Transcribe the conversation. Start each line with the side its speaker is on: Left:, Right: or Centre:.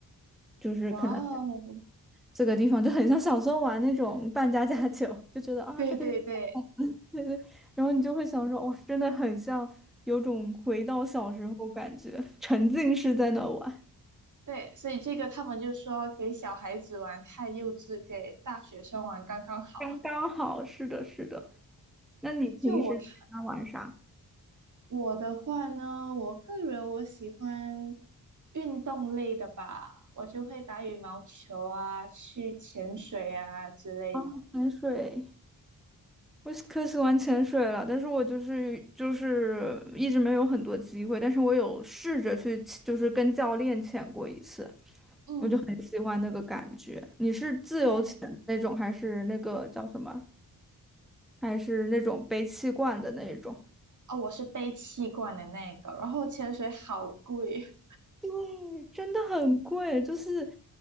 Centre: 就是可能
Right: 哇哦，
Centre: 这个地方就很像小时候玩那种扮家家酒，就觉得啊这个。
Right: 对对对，
Centre: 对对，然后你就会想说，哦，真的很像，有种回到小时候感觉，沉浸式在那玩，
Right: 对，所以这个他们就说给小孩子玩太幼稚，给大学生玩刚刚好。
Centre: 刚刚好。是的，是的。那你平时在家玩啥？
Right: 就我看我的话呢，我个人我喜欢运动类的吧，我就会打羽毛球啊，去潜水啊之类的。
Centre: 哦，潜水，我是可喜欢潜水了，但是我就是就是一直没有很多机会，但是我有试着去，就是跟教练潜过一次，
Right: 嗯，
Centre: 我就很喜欢那个感觉。你是自由潜的那种，
Right: 对，
Centre: 还是那个叫什么？还是那种背气罐的那种？
Right: 哦，我是背气罐的那个，然后潜水好贵，
Centre: 对，真的很贵，就是，